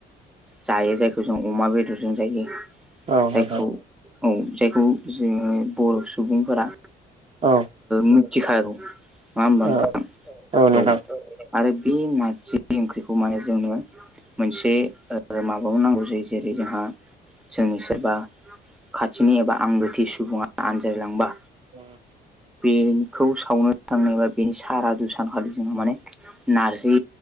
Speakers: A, in the centre; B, on the right (about 35°).
A: जायो जायखौ जों अमा बेदरजों जायो
B: औ नोंथां
A: जायखौ औ जायखौ जोङो बर' सुबुंफोरा
B: औ
A: मिथिखागौ ना होमबा नोंथां
B: औ नोंथां
A: औ आरो बे नारजि ओंख्रिखौ माने जोङो मोनसे बे माबायाव नांगौ जायो जेरै जोंहा जोंनि सोरबा खाथिनि एबा आंग्रोथि सुबुङा आनजायलांबा
B: औ
A: बेखौ सावनो थांनायबा बेनि सारा दुसान खालि जोङो माने नारजि